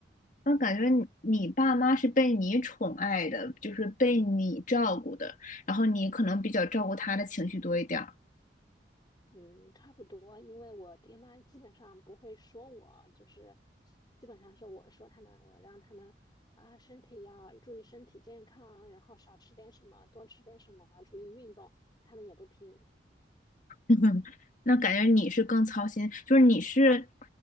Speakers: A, on the left; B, on the left.
A: 我感觉你你爸妈是被你宠爱的，就是被你照顾的，然后你可能比较照顾他的情绪多一点儿。
B: 嗯，差不多，因为我爹妈基本上不会说我，就是基本上是我说他们，我让他们啊，身体要注意身体健康，然后少吃点什么，多吃点什么，注意运动，他们也不听。
A: <laughs> 那感觉你是更操心，就是你是